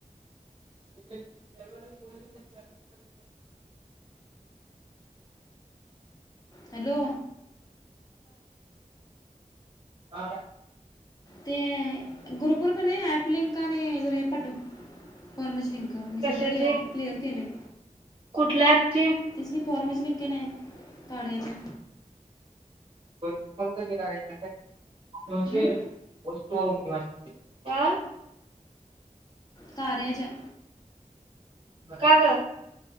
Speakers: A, on the right; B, on the left.
A: <unintelligible>
B: हॅलो!
A: हा!
B: ते ग्रुप वर कने ऍप लिंक, आणि जर हे पाठव. फॉर्मची लिंक मी
A: कशाची
B: सगळं डिअर क्लिअर केलय.
A: कुठल्या अँप ची?
B: तीच की फॉर्मची लिंक हेना कार्याच्या.
A: <unintelligible>
B: हं? कार्याच्या!
A: का बरं!